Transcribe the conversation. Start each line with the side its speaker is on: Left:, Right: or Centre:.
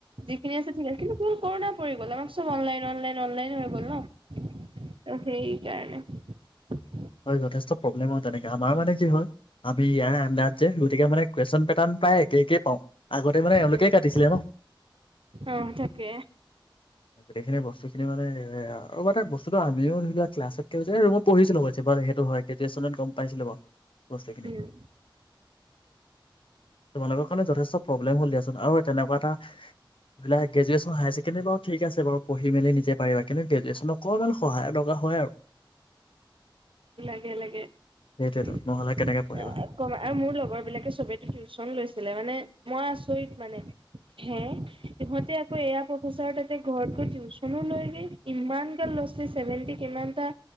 Right: যিখিনি আছে ঠিক আছিল। কিন্তু কোন কৰোণা পৰি গ'ল, আমাক চব অনলাইন, অনলাইন, অনলাইন হৈ গ'ল ন। অ, সেই- জ নে। <unintelligible>
Left: হয় যথেষ্ট প্ৰব্লেম হয়। তেনেকে আমাৰ মানে কি হয় আমি ইয়াৰে আন্ডাৰত যে। তেতিয়া মানে কোৱেচন পেটাৰ প্ৰায় একে একেই পাওঁ। আগতে মানে এওঁলোকেই
Right: উম।
Left: কাটিছিলে ন।
Right: অ' তাকে।
Left: গোটেইখিনি বস্তু খিনি মানে এ আৰু এটা বস্তুটো আমি ও ধৰি লোৱা ক্লাছত নিজে ৰুমত পঢ়িছিলো হোৱাটচ আপট সেই টো হয়। দ্বিতীয় চেমত লগ পাইছিলো বাৰু। <unintelligible>
Right: উম।
Left: তোমালোকৰ কাৰণে যথেষ্ট প্ৰব্লেম হ'ল দিয়াচোন। আৰু তেনেকুৱা এটা গ্ৰেজুৱেচন, হায়াৰছেকেণ্ডেৰি বাৰু ঠিক আছে বাৰু পঢ়ি মেলি নিজে পাৰিবা। কিন্তু গ্ৰেজুৱেশ্যনতক অকনমান সহায়ৰ দৰকাৰ হয় আৰু।
Right: লাগে, লাগে অকনমান
Left: সেইটোৱেতো নহ'লে কেনেকে পঢ়িবা।
Right: আৰু মোৰ লগৰ বিলাকে চবেটো টিউচন লৈছিলে মানে মই আচৰিত মানে হে, ইহঁতে আকৌ এয়া প্ৰফেচাৰ ততে ঘৰত গৈ টিউচনো লৈগে। ইমান গাল ল'ৰা-ছোৱালী চেভেনটি কিমান টা